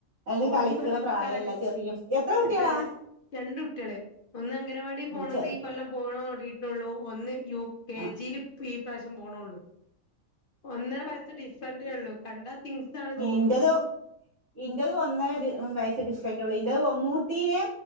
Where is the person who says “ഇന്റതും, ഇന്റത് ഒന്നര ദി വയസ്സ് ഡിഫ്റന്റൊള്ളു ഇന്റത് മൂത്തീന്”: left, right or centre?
Right